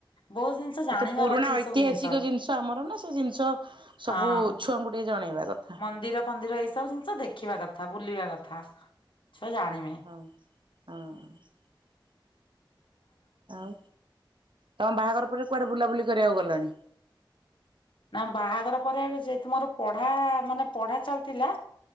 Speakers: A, on the left (about 75°); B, on the right (about 70°).
A: ବହୁତ ଜିନିଷ ଜାଣିବାର
B: ଏ ତ ପୁରୁଣା
A: ଅଛି ଏଇ
B: ଐତିହାସିକ
A: ସବୁ ଜିନିଷର
B: ଜିନିଷ ଆମର ନା ସେ ଜିନିଷ ସବୁ
A: ହଁ
B: ଛୁଆଙ୍କୁ ଟିକେ ଜଣେଇବା। କଥା
A: ମନ୍ଦିର ଫନ୍ଦିର ଏଇ ସବୁ ଜିନିଷ ଦେଖିବା କଥା ବୁଲିବା କଥା। ଛୁଆ ଜାଣିମି।
B: ହଁ ହଁ। ଆଉ ତମ ବାହାଘର ପରେ କୁଆଡ଼େ ବୁଲାବୁଲି କରିବାକୁ ଗଲଣି?
A: ନା ବାହାଘର ପରେ ଯେହେତୁ ମୋର ପଢା ମାନେ ପଢା ଚାଲିଥିଲା।